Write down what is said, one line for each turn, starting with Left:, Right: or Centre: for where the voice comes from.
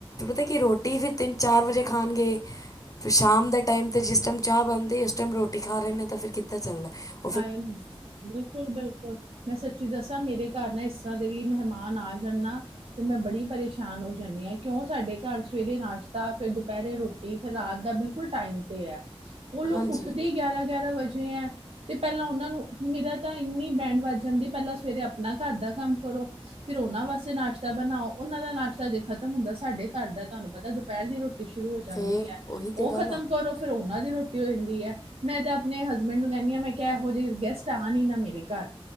Left: ਪਤਾ ਕਿ ਰੋਟੀ ਫਿਰ ਤਿੰਨ ਚਾਰ ਵਜੇ ਖਾਣਗੇ ਫਿਰ ਸ਼ਾਮ ਦਾ। ਟਾਈਮ ਤੇ ਜਿਸ ਟਾਈਮ ਚਾਹ ਬਣਦੀ ਉਸ ਟਾਈਮ ਰੋਟੀ ਖਾ ਰਹੇ ਨੇ ਤਾਂ ਫਿਰ ਕਿੱਦਾਂ ਚੱਲਦਾ ਏ।
Right: ਹਾਏ ਬਿਲਕੁਲ ਬਿਲਕੁਲ ਮੈਂ ਸੱਚੀ ਦੱਸਾਂ ਮੇਰੇ ਘਰ ਨਾ ਇਸ ਤਰ੍ਹਾਂ ਦੀ। ਵੀ ਮਹਿਮਾਨ ਆ ਜਾਂਣ ਨਾ ਮੈਂ ਬੜੀ ਪਰੇਸ਼ਾਨ ਹੋ ਜਾਂਦੀ ਹਾਂ ਕਿਉਂ ਸਾਡੇ ਘਰ ਸਵੇਰੇ ਨਾਸ਼ਤਾ। ਫੇਰ ਦੁਪਹਿਰੇ ਰੋਟੀ ਫਿਰ ਰਾਤ ਦਾ ਬਿਲਕੁਲ ਟਾਈਮ ਤੇ ਹੈ। ਉਹ ਲੋਕ
Left: ਹਾਂਜੀ
Right: ਉੱਠਦੇ ਹੀ ਗਿਆਰਾਂ ਗਿਆਰਾਂ ਵਜੇ ਹੈ। ਤੇ ਪਹਿਲਾਂ ਉਹਨਾਂ ਨੂੰ ਮੇਰਾ ਤਾਂ ਇੰਨੀ ਬੈਂਡ ਵੱਜ ਜਾਂਦੀ ਪਹਿਲਾਂ ਸਵੇਰੇ ਆਪਣਾ ਘਰ ਦਾ ਕੰਮ ਕਰੋ। ਫਿਰ ਉਹਨਾਂ ਵਾਸਤੇ ਨਾਸ਼ਤਾ ਬਣਾਓ ਉਹਨਾਂ ਦਾ ਨਾਸ਼ਤਾ ਜੇ ਖਤਮ ਹੁੰਦਾ ਸਾਡੇ ਘਰ ਦਾ ਤੁਹਾਨੂੰ ਪਤਾ ਦੁਪਹਿਰ ਦੀ ਰੋਟੀ ਸ਼ੁਰੂ ਹੋ ਜਾਂਦੀ
Left: ਫੇਰ
Right: ਹੈ
Left: ਉਹੀ
Right: ਉਹ
Left: ਤੇ ਗੱਲ
Right: ਖਤਮ
Left: ਆ
Right: ਕਰੋ ਫਿਰ। ਉਹਨਾਂ ਦੀ ਰੋਟੀ ਜਾਂਦੀ ਹੈ ਮੈਂ ਤੇ ਆਪਣੇ ਹਸਬੈਂਡ ਨੂੰ ਕਹਿੰ ਹ ਮੈਂ ਕਿਹਾ ਇਹੋ ਜਿਹੇ ਗੈਸਟ ਆਉਣ ਈ ਨਾ ਮੇਰੇ ਘਰ।